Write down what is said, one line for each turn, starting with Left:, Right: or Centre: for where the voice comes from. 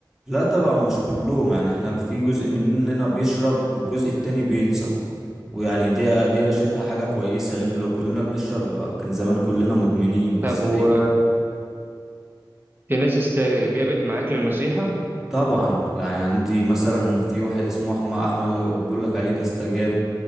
Centre: لا طبعا مش كلهم يعني احنا في جزء مننا بيشرب والجزء التاني بينصح ويعني دي دي انا شايفها حاجة كويسة لان لو كلنا بنشرب يبقى كان زمان كلنا مدمنين بس
Right: طب و
Centre: ايه
Right: في ناس استجابت معاك للنصيحة
Centre: طبعا يعني عندي مثلا في واحد اسمه احمد احمد اللي قل- بقول لك عليه ده استجاب